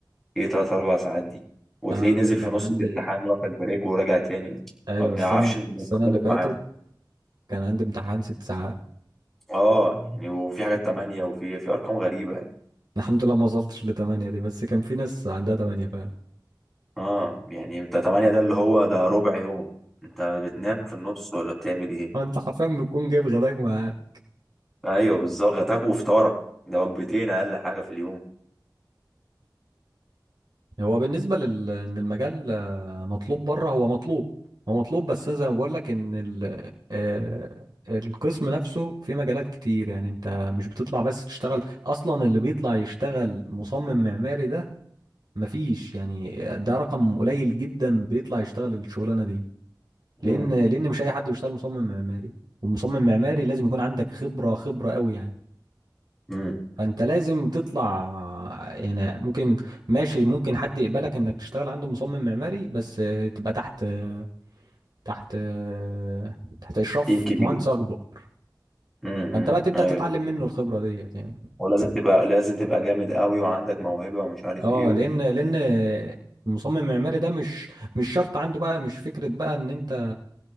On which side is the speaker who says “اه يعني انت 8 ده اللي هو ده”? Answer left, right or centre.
Centre